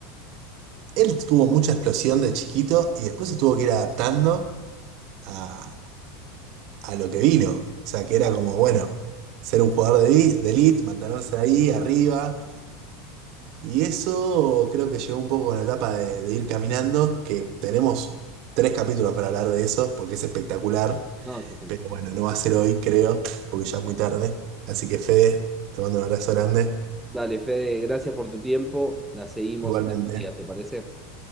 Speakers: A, on the right; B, in the centre.
A: Él tuvo mucha explosión de chiquito y después se tuvo que ir adaptando a, a lo que vino. O sea, que era como, bueno, ser un jugador de, vi- de elite, mantenerse ahí arriba. Y eso creo que llegó un poco con la etapa de, de ir caminando, que tenemos tres capítulos para hablar de eso, porque es espectacular.
B: No, es
A: Pero bueno, no va a ser hoy, creo, porque ya es muy tarde. Así que Fede, te mando un abrazo grande.
B: Dale, Fede, gracias por tu tiempo. La seguimos
A: Igualmente.
B: en el día, ¿te parece?